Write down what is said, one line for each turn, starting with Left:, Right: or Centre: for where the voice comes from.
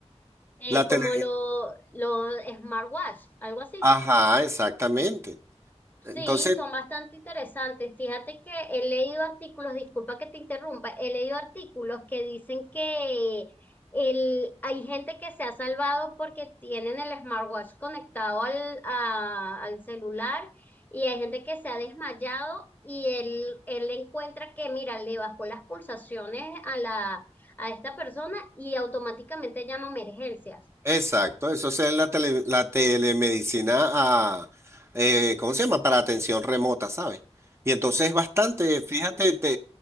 Left: Eh,
Right: La tele...
Left: como lo, los smartwatch, algo así.
Right: Ajá, exactamente.
Left: Sí,
Right: Entonces,
Left: son bastante interesantes. Fíjate que he leído artículos, disculpa que te interrumpa, he leído artículos que dicen que el, hay gente que se ha salvado porque tienen el smartwatch conectado al, a- al celular y hay gente que se ha desmayado y él, él encuentra que, mira, le bajó las pulsaciones a la, a esta persona y automáticamente llama a emergencias.
Right: Exacto, eso es en la, tele- la telemedicina, a, eh, ¿cómo se llama? Para atención remota, ¿sabes? Y entonces es bastante, fíjate, te-